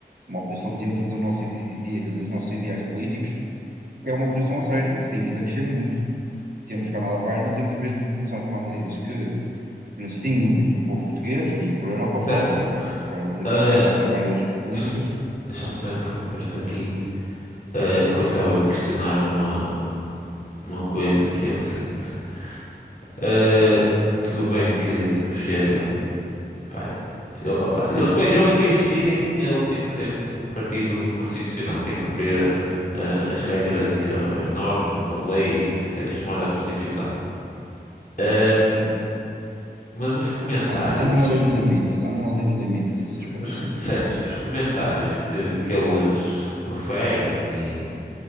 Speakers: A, on the right; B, on the left.
A: uma oposição dentro do nosso ide- ide- dos nossos ideais políticos, que é uma oposição a sério e que tem vindo a crescer muito. Temos que andar da página, temos mesmo que começar a tomar medidas que beneficiem o, portu- o povo português e por Europa fora,
B: Certo?
A: para- aplica-se
B: Ah,
A: a várias, a várias políticas.
B: s- deixa-me
A: Pá,
B: só interromper-te aqui. Ah, que eu estava de questionar uma, uma coisa que é o seguinte. Ah, tudo bem que o Chega Pá, ele- opá, eles, pa- eles para existirem, eles têm que ser um partido constitucional, têm que cumprir eh, as regras e eh, as normas ou leis, o que quiserem chamar da Constituição. Ahm,
A: sim.
B: mas os comentários,
A: An- Andam ali no limite, andam ali no limite desse
B: se-
A: aspecto,
B: os,
A: sim.
B: certos, os comentários que, que eles proferem e